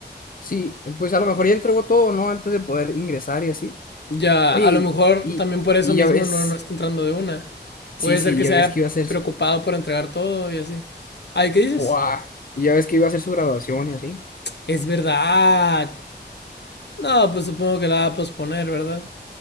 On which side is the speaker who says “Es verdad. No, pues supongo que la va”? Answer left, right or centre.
Left